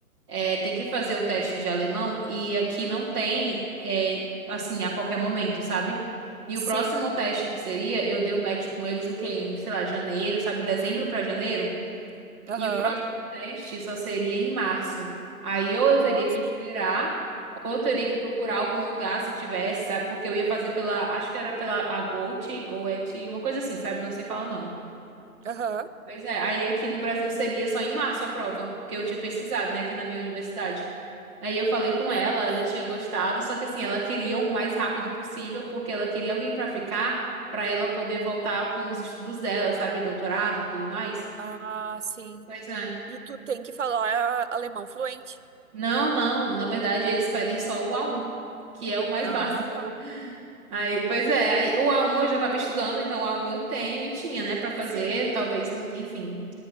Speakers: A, on the right; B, on the right.
A: É, tem que fazer o teste de alemão e aqui não tem, é, assim, a qualquer momento, sabe? E
B: Sim.
A: o próximo teste que seria, eu dei o match com eles o quê? Em, sei lá, janeiro, sabe? Dezembro pra janeiro.
B: Aham.
A: E o próximo teste só seria em março. Aí ou eu
B: Nossa.
A: teria que esperar, ou eu teria que procurar algum lugar se tivesse, sabe? Porque eu ia fazer pela, acho que era pela Agote, Goethe, uma coisa assim, sabe? Não sei falar o nome.
B: Aham.
A: Pois é, aí aqui no Brasil seria só em março a prova, que eu tinha pesquisado, né, aqui na minha universidade. Aí eu falei
B: Entendi.
A: com ela, ela tinha gostado, só que assim, ela queria o mais rápido possível, porque ela queria alguém pra ficar, pra ela poder voltar com os estudos dela, sabe, doutorado e tudo mais.
B: Ah, sim.
A: Pois é.
B: E tu tem que falar alemão fluente.
A: Não, não, na verdade eles pedem só o A1, que é o mais
B: Ah,
A: básico.
B: tá.
A: <laughs> Aí, pois é, aí o A1 eu já tava estudando, então o A1 eu tenho e tinha, né, pra fazer,
B: Sim.
A: talvez, enfim,